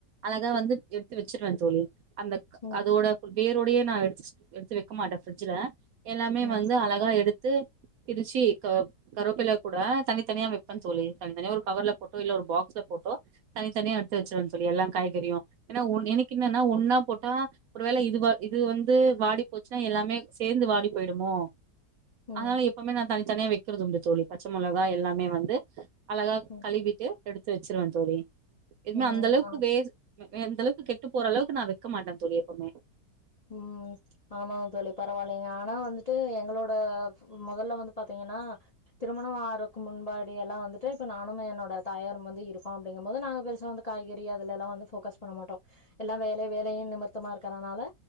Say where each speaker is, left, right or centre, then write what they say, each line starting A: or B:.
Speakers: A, on the right (about 70°); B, on the left (about 40°).
A: அழகா வந்து எடுத்து வச்சிருவேன் தோழி அந்த
B: ம்
A: அதோட வேரோடையே நா எடுத்து எடுத்து வைக்க மாட்டே பிரஃட்ஜ்ல எல்லாமே
B: ம்
A: வந்து அழகா எடுத் து பிரிச்சு க கருவேப்புல கூட தனித்தனியா வெப்ப தோழி தனி தனியா ஒரு கவர்ல போட்டோ இல்ல ஒரு பாக்ஸ்ல போட்டோ தனித்தனியா எடுத்து வச்சிருவேன் தோழி எல்லா காய்கறியு ஏனா ஒன் எனக்கு என்னனா ஒன்னா போட்டா ரு வேல இதுவா இது வந்து வாடி போச்சுன்னா எல்லாமே சேர்ந்து வாடி போயிடுமோ
B: ம்
A: அதனால எப் எப்போவுமே நா தனித்தனியா வைக்கறது உண்டு தோழி பச்ச முளகா எல்லாமே வந்து அழகா
B: ம்
A: கழுவிட்டு எடுத்து வச்சிருவ தோழி எதுவுமே
B: ம்
A: அந்த அளவுக்கு
B: ஆ
A: வே எந்தளவுக்கு கெட்டு போற அளவுக்கு நா வைக்க மாட்ட தோழி எப்பவுமே
B: ம் ஆமா தோழி பரவாயில்லைங்க ஆனா வந்துட்டு எங்களோட முதல்ல வந்து பாத்தீங்கன்னா திருமண ஆரறதுக்கு முன்பாடி எல்லா வந்துட்டு இப்ப நானு என்னோட தாயாரு வந்து இருக்கோ அப்படிங்கும் போது நாங்க பெருசா வந்து காய்கறி அதுல எல்லா வந்து ஃபோக்கஸ் பண்ண மாட்டோ எல்லா வேல வேலைய நிமித்தமா இருக்கறனால